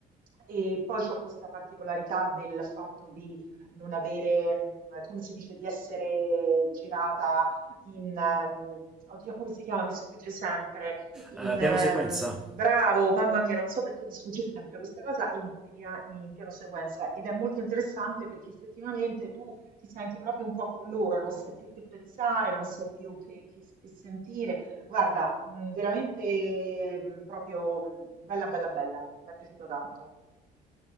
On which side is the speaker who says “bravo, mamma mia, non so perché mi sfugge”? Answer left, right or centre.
Right